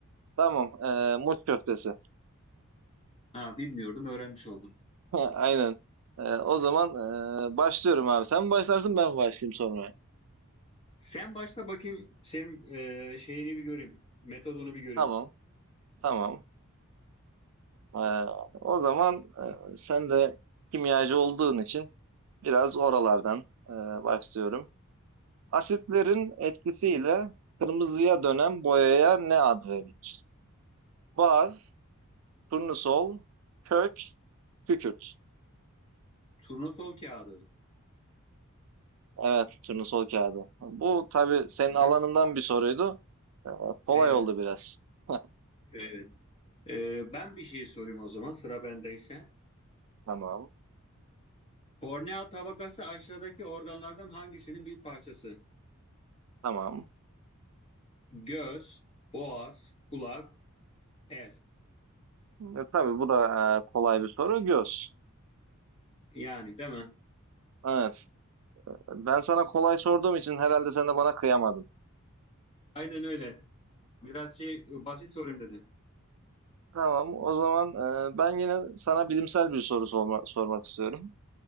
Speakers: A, on the right; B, on the left.
A: tamam. Eee muç köftesi.
B: Ha bilmiyordum, öğrenmiş oldum.
A: <laughs> Aynen. Eee, o zaman eee, başlıyorum abi. Sen mi başlarsın ben mi başlayayım sonra?
B: Sen başla bakayım senin e, şeyini bir göreyim. Metodunu bir göreyim.
A: Tamam. Tamam. Eee, o zaman eee, sen de kimyacı olduğun için biraz oralardan eee, başlıyorum. Asitlerin etkisiyle kırmızıya dönen boyaya ne ad verilir? Baz, turnusol, kök, kükürt.
B: Turnusol kağıdı.
A: Evet, turnusol kağıdı. Bu tabii senin
B: Hı-hı.
A: alanından bir soruydu. Ee, kolay
B: Evet,
A: oldu biraz. <laughs>
B: evet. E, ben bir şey sorayım o zaman sıra bendeyse.
A: Tamam,
B: Kornea tabakası aşağıdaki organlardan hangisinin bir parçası?
A: tamam.
B: Göz, boğaz, kulak, el.
A: E, tabii bu da e, kolay bir soru. Göz.
B: Yani değil mi?
A: Evet. Ben sana kolay sorduğum için herhalde sen de bana kıyamadın.
B: Aynen öyle. Biraz şey e, basit sorayım dedim.
A: Tamam, o zaman e, ben yine sana bilimsel bir soru sorma- sormak istiyorum.